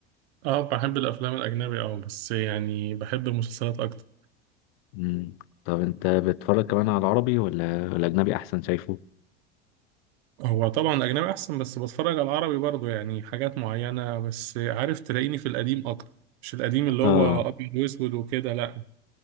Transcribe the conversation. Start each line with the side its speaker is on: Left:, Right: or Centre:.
Right: اه بحب الافلام الاجنبي اه بس يعني بحب المسلسلات اكتر
Left: امم طب انت بتتفرج كمان على العربي ولا الاجنبي احسن شايفه
Right: هو طبعا الاجنبي احسن بس بتفرج على العربي برضو يعني حاجات معينه بس عارف تلاقيني في القديم اكتر مش القديم اللي
Left: اه
Right: هو ابيض واسود وكده لا